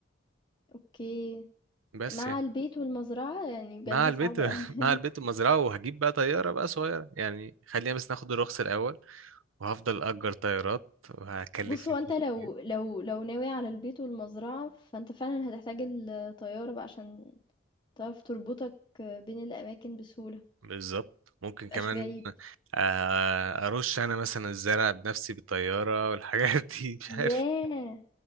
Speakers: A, on the left; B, on the right.
A: أوكي
B: بس
A: مع
B: يعني
A: البيت والمزرعة يعني بجد
B: مع البيت
A: صعب أوي
B: <laughs>
A: <laughs>
B: مع البيت المزرعة وهجيب بقى طيارة بقى صغيرة يعني خلينا بس ناخد الرخص الأول وهفضل أجر طيارات وهكلف
A: بص
B: فلوس
A: هو أنت
B: كتير
A: لو لو لو ناوي على البيت والمزرعة فأنت فعلا هتحتاج الطيارة بقى عشان تعرف تربطك بين الأماكن بسهولة
B: بالظبط ممكن
A: متبقاش
B: كمان
A: بعيد
B: آه، أرش أنا مثلا الزرع بنفسي بالطيارة والحاجات دي <laughs> مش عارف
A: ياه